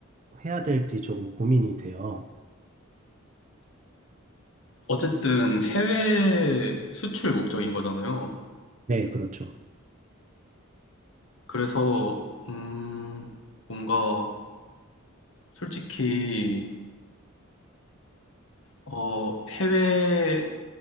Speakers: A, on the right; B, on the left.
A: 해야 될지 조금 고민이 돼요.
B: 어쨌든 해외 수출 목적인 거잖아요.
A: 네, 그렇죠.
B: 그래서 음, 뭔가 솔직히 어, 해외를